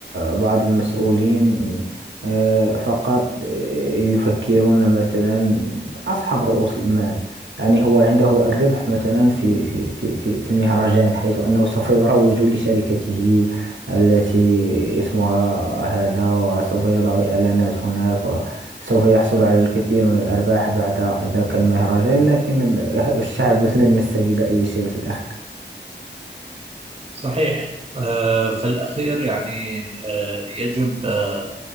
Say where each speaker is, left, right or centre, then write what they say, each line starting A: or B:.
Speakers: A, on the right (about 85°); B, on the right (about 35°).
A: بعض المسؤولين آه، فقط آه، يفكرون مثلا أصحاب رؤوس المال يعني هو عنده الربح مثلا في في في في في مهرجان حيث أنه سوف يروج لشركته التي اسمها هذا وسوف يضع إعلانات هناك وسوف يحصل على الكثير من الأرباح بعد ذاك المهرجان لكن الشعب <laughs> لن يستفيد أي شيء في الأخير
B: صحيح آه، في الأخير يعني آه، يجب آه،